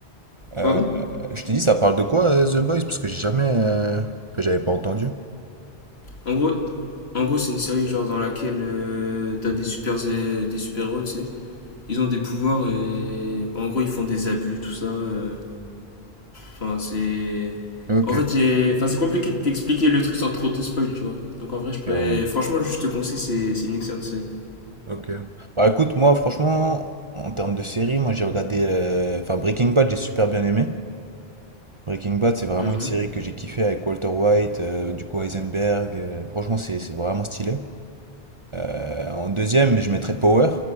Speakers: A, on the right (about 35°); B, on the left (about 70°).
A: euh,
B: Pardon
A: je t'ai dit, ça parle de quoi euh, The Boys? Parce que j'ai jamais. euh, que j'avais pas entendu.
B: En gros, En gros, c'est une série genre dans laquelle euh, t'as des super euh, des super héros, tu sais. Ils ont des pouvoirs et en gros ils font des abus, tout ça. euh. Enfin, c'est.
A: Ok.
B: En fait, j'ai. Enfin, c'est compliqué de t'expliquer le truc sans trop te spoil, tu vois. Donc en vrai, je pourrais.
A: Et ouais.
B: Franchement, juste te conseille, c'est c'est une excellente série.
A: Ok. Bah écoute, moi franchement, en termes de série, moi j'ai regardé. euh, Enfin, Breaking Bad, j'ai super bien aimé. Breaking Bad, c'est vraiment
B: Mhm.
A: une série que j'ai kiffé avec Walter White, euh, du coup Heisenberg. euh, franchement, c'est c'est vraiment stylé. Euh, en deuxième, je mettrais Power.